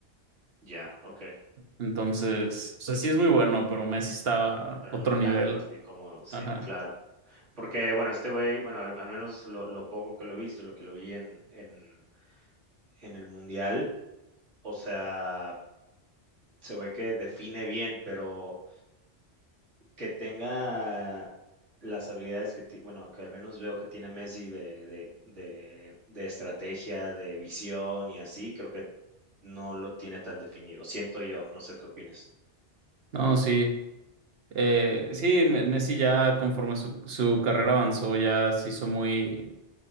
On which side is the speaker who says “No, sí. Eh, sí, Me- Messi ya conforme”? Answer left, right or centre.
Right